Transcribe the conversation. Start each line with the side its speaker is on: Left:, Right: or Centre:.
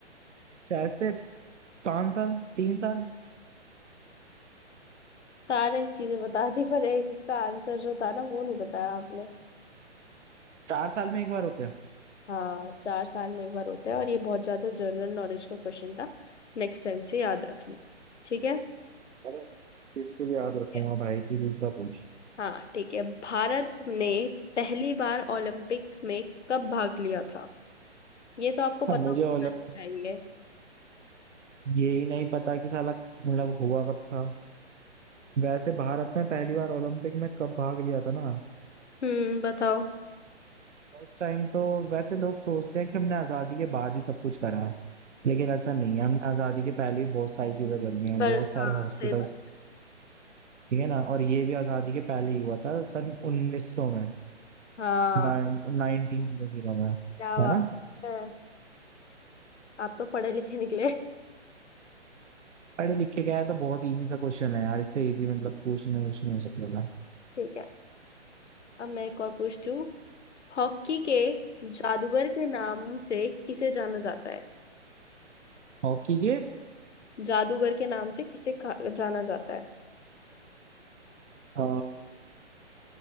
Right: शायद से पांच साल तीन साल
Left: सारे चीजें बता दी पर एक इसका आंसर जो था ना वो नहीं बताया आपने
Right: चार साल में एक बार होते हैं
Left: हाँ चार साल में एक बार होता है और ये बहुत ज्यादा जनरल नॉलेज का क्वेश्चन था नेक्स्ट टाइम से याद रखना ठीक है
Right: अरे बिल्कुल याद रखूंगा
Left: Yeah.
Right: भाई तू दूसरा पूछ
Left: हाँ ठीक है भारत ने पहली बार ओलंपिक में कब भाग लिया था ये तो आपको पता
Right: हाँ, मुझे
Left: होना
Right: ओलंपिक
Left: चाहिए
Right: ये ही नहीं पता कि साला मतलब हुआ कब था वैसे भारत ने पहली बार ओलंपिक में कब भाग लिया था ना
Left: हम्म बताओ
Right: उस टाइम तो वैसे लोग सोचते हैं कि हमने आजादी के बाद ही सब कुछ करा है लेकिन ऐसा नहीं है हमने आजादी के पहले ही बहुत सारी चीजें कर दी हैं
Left: पर
Right: बहुत सारे
Left: हाँ
Right: हॉस्पिटल्स
Left: सही बात
Right: ठीक है ना और ये भी आजादी के पहले ही हुआ था सन 1900 में
Left: हाँ
Right: नाइनटीन जीरो जीरो में
Left: क्या बात
Right: है ना
Left: है आप तो पढ़े लिखे निकले
Right: पढ़े लिखे गया है तो बहुत इजी सा क्वेश्चन है यार इससे इजी मतलब पूछने में नहीं हो सकता था
Left: ठीक है अब मैं एक और पूछती हूँ हॉकी के जादूगर के नाम से किसे जाना जाता है
Right: हॉकी के
Left: जादूगर के नाम से किसे खा- जाना जाता है
Right: आ,